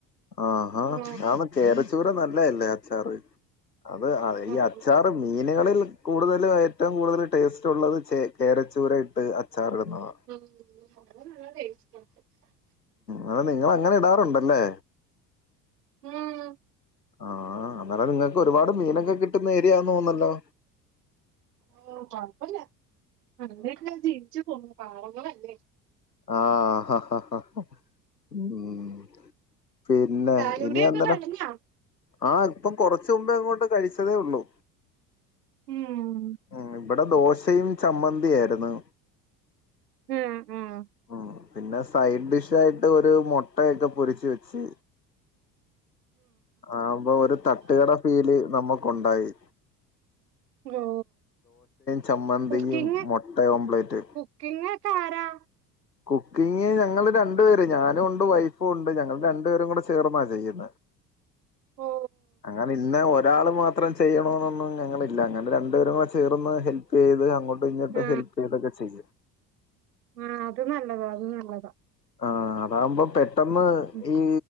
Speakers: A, on the left; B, on the right.
A: ആ ആ
B: ഉം
A: ആന്ന് കേരച്ചൂര നല്ല ല്ലല്ലേ അച്ചാറി അത് ഈ
B: ഉം
A: അച്ചാറ് മീൻ ചനികളിൽ കൂടുതല ഏറ്റവും കൂടുതൽ ടേസ്റ്റ് ഉള്ളത് ചെ കേരച്ചൂര ഇട്ട് അച്ചാർ ഇടുന്നതാ
B: ഉം അത് നല്ല ടെസ്റ്റ് ആയിരിക്കും <unintelligible>
A: എഡാ നിങ്ങൾ അങ്ങനെ ഇടാറുണ്ടല്ലേ
B: ഉം
A: ആഹ അന്നേല നിങ്ങൾക്ക് ഒരുപാട് മീനൊക്കെ കിട്ടുന്ന ഏരിയന്ന് തോന്നല്ലോ
B: ഓ കുഴപ്പമില്ല അങ്ങനെയൊക്കെ ജീവിച്ചു പോകുന്നു പാവങ്ങളല്ലേ
A: ആഹ് ഹാ ഹാ ഉം പിന്നെ
B: ചായ
A: ഇനി
B: കുടിയൊക്കെ
A: എന്തനെ
B: കഴിഞ്ഞോ
A: ആ ഇപ്പൊ കൊറച്ച് ചുമ്പേ അങ്ങോട്ട് കഴിച്ചതേ ഉള്ളൂ
B: ഉം
A: ഉം ഇവിടെ ദോശയും ചമ്മന്തിയിരുന്നു
B: ഉം ഉം
A: ഉം പിന്നെ സൈഡ് ഡിഷ ആയിട്ട് ഒരു മുട്ടയൊക്കെ പൊരിച്ച് വെച്ച് ആമ്പൊ ഒരു തട്ടുകട ഫീല് നമ്മുക്ക്ണ്ടായി
B: ഓ
A: ചമ്മന്തിയും
B: കുക്കിംഗ
A: മുട്ട ഓംപ്ലേറ്റ്
B: കുക്കിംഗ താരാ
A: കുക്കിംഗ ഞങ്ങള്ൾ രണ്ടു പേര് ഞാനും ഉണ്ട് വൈഫും ഉണ്ട് ഞങ്ങള് രണ്ടു പേരും കൂടെ ചേർന്നാ ചെയ്യുന്ന
B: ഓ
A: അങ്ങനെ ഇന്ന രാൾ മാത്രം ചെയ്യണമെന്നൊന്നും ഞങ്ങളില്ല അങ്ങനെ രണ്ടപേരുമായി ചേർന്ന് ഹെൽപ്പ് ചെയ്ത് അങ്ങോ <unintelligible> ഇങ്ങോട്ട്
B: ആ
A: ഹെൽപ് ചെയ്തൊക്കെ ചെയ്യും
B: ആ അത് നല്ലതാ നല്ലതാ
A: ആ് അതാകുമ്പോ പെ <unintelligible>
B: ഉം.
A: ഈ